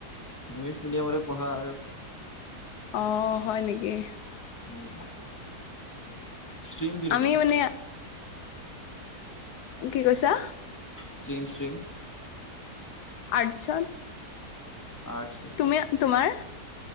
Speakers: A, on the left; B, on the left.
A: ইংলিছ মিডিয়ামতে পঢ়া আৰু
B: অ, হয় নেকি?
A: উমহ আ ষ্ট্ৰীম কি
B: আমি
A: লবা?
B: মানে কি কৈছা
A: ষ্ট্ৰীম ষ্ট্ৰীম
B: আৰ্টচৰ
A: আৰ্টছ নেকি
B: তুমি আ তোমাৰ